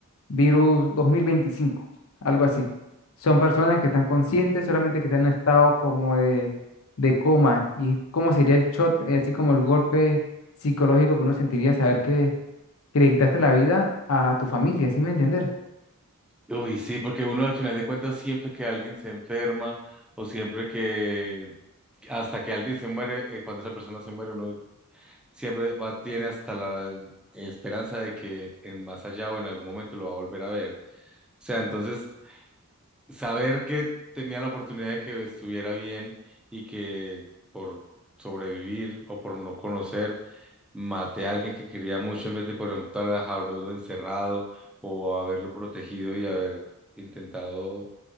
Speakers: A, on the left; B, in the centre.
A: virus 2025 algo así. Son personas que están conscientes, solamente que están en un estado como de, de coma. ¿Y cómo sería el shot, eh, así como el golpe psicológico que uno sentiría saber que, que le quitaste la vida a tu familia, ¿sí me entender?
B: Uy, sí, porque uno al final de cuentas siempre que alguien se enferma o siempre que hasta que alguien se muere, eh, cuando esa persona se muere, uno siempre va, tiene hasta la esperanza de que en más allá o en algún momento lo va a volver a ver. O sea, entonces, saber que tenía la oportunidad de que estuviera bien y que por sobrevivir o por no conocer, maté a alguien que quería mucho en vez de, por ejemplo, haberlo encerrado o haberlo protegido y haber intentado